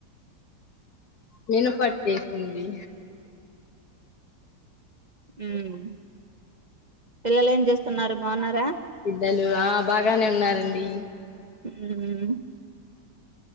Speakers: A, on the left; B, on the right.
A: నిను పట్టేసింది
B: మ్మ్ పిల్లలు ఏం చూస్తున్నారు బాగున్నారా
A: పిల్లలు ఆ బాగానే ఉన్నారండి
B: మ్మ్